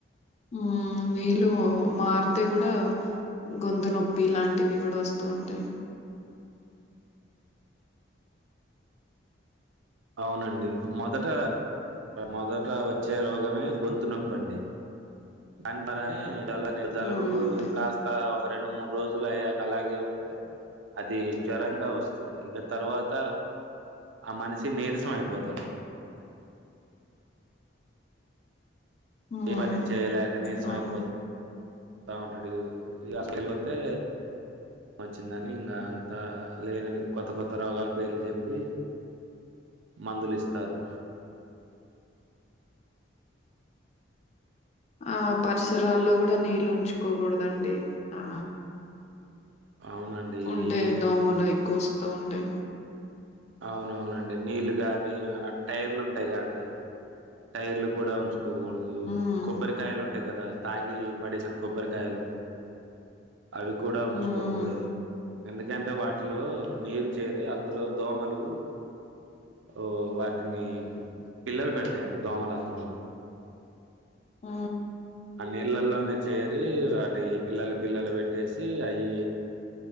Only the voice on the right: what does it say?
అవునండి మొదట మొదట వచ్చే రోగమే గొంతు నొప్పండి అని మ డల్లానే అనే జలుబు
కాస్త రెండు మూడు రోజులు అయ్యాక అలాగే ఉంటే అది జ్వరంగా వస్తుంది ఇగ తర్వాత ఆ మనిషి నీరసం అయిపోతాడు
ఏ పని చేయలేక నీరసం
అయిపోత బగువుంటడు ఇగ ఈ హాస్పిటల్కి వత్తే వచ్చిందని ఇంకా అంతా లేని కొత్త కొత్త రోగాల పేర్లు చెప్పి మందులిస్తారు
అవునండి
ఈ
అవునవునండి నీళ్లు కగానీ టైర్లు ఉంటాయిగాండి టైర్లు కూడా ఉంచుకోకూడదు
కొబ్బరికాయలు ఉంటాయి కదా తాగి పడేసిన కొబ్బరికాయలు అవి కూడ
ఉంచుకోకుడదు ఎందుకంటే వాటిలో నీరు చేరి అందులో దోమలు ఓ వాటిని పిల్లలు పెడతయండి దోమలు అందులో
ఆ నీళ్లల్లో చేరి వాటి పిల్లలు పిల్లలు పెట్టేసి అయి